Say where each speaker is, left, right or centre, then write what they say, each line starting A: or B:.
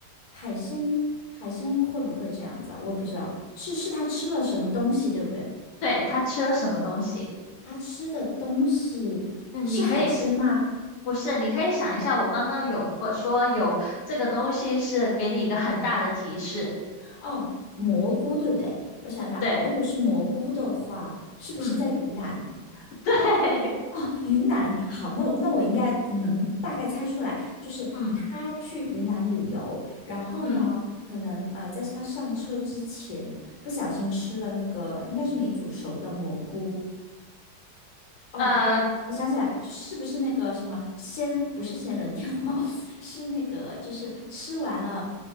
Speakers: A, on the left; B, on the left.
A: 海鲜，海鲜会不会这样子啊？我不知道，是是他吃了什么东西，对不对？
B: 对，他吃了什么东西？
A: 他吃的东西是海鲜吗？
B: 嗯，你可以是，不是，你可以想一下，我刚刚有过说有这个东西是给你一个很大的提示，
A: 哦，蘑菇，对不对？我想一下，
B: 对，
A: 如果是蘑菇的话，是不是在云南？
B: 嗯，<laughs> 对，
A: 哦，云南，好，那我那我应该能大概猜出来，就是他去云南旅游，
B: 嗯
A: 然后呢，
B: 嗯，
A: 可能呃，在他上车之前不小心吃了那个应该是没煮熟的蘑菇。哦，
B: 呃，
A: 我想起来，就是不是那个什么仙，不是仙人跳，<laughs> 是那个就是吃完了。